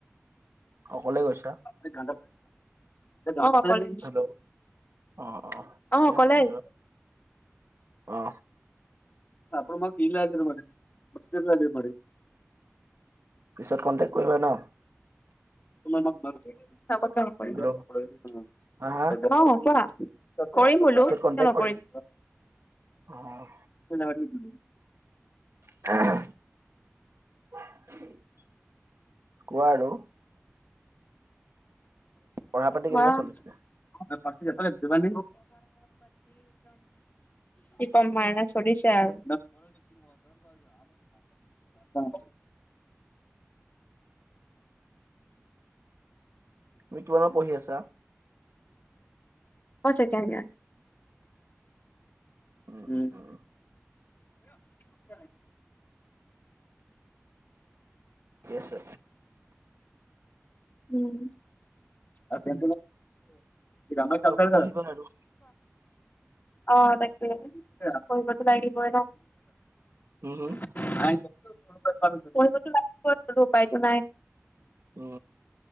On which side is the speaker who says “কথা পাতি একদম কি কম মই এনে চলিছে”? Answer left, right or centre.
Left